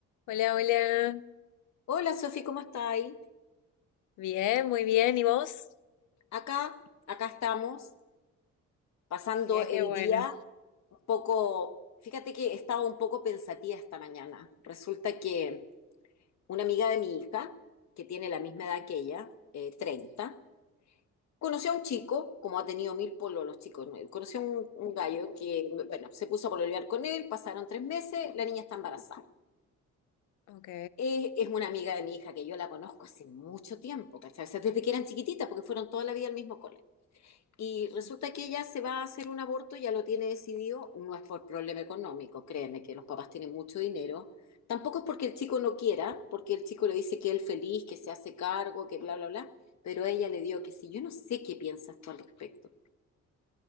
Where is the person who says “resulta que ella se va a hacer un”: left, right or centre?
Left